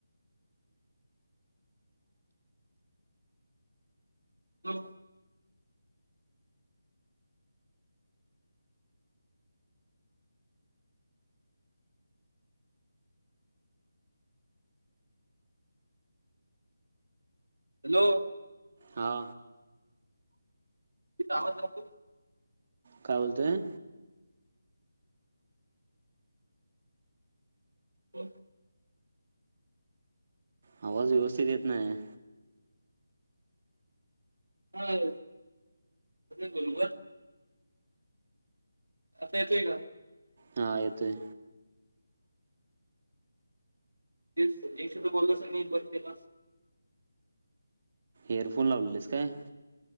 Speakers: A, on the right; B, on the right.
A: हो. हॅलो
B: हा.
A: तिथ आवाज जातो का?
B: काय बोलतोय?
A: हो.
B: आवाज व्यवस्थित येत नाही हाय.
A: काय? <inaudible> आता येतोय का?
B: हा येतोय.
A: ते एक सुद्धा कॉल नसलं मी बंद केलास
B: एअरफोन लावलेलीस काय?